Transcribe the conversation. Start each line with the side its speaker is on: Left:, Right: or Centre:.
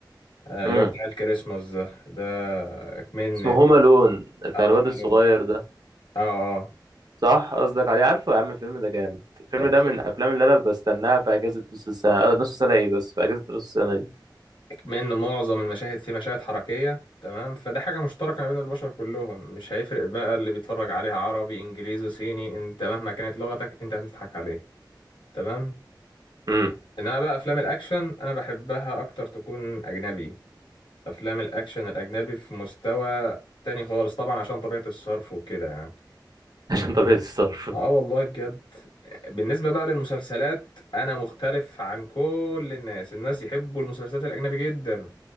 Left: اللي
Right: امم
Left: هو بتاع الكريسماس ده ده كمان
Right: اسمه هوم لون بتاع
Left: او
Right: الواد
Left: هوم
Right: الصغير
Left: الون
Right: ده
Left: اه اه
Right: صح قصدك عليه عارفه يا عم الفيلم ده جامد الفيلم
Left: يا باشا
Right: ده من الافلام اللي انا بستناها في اجازه نص السنه آه، نص السنه ايه بس في اجازه نص السنه دي
Left: بما ان معظم المشاهد فيه مشاهد حركيه تمام فده حاجه مشتركه ما بين البشر كلهم مش هيفرق بقى اللي بيتفرج عليها عربي انجليزي صيني انت مهما كانت لغتك انت هتضحك عليه تمام
Right: امم
Left: انما بقى افلام الاكشن انا بحبها اكتر تكون اجنبي افلام الاكشن الاجنبي في مستوى تاني خالص طبعا عشان طبيعه الصرف وكده يعني
Right: عشان طبيعة الصرف
Left: اه والله بجد بالنسبه بقى للمسلسلات انا مختلف عن كل الناس الناس يحبوا المسلسلات الاجنبي جدا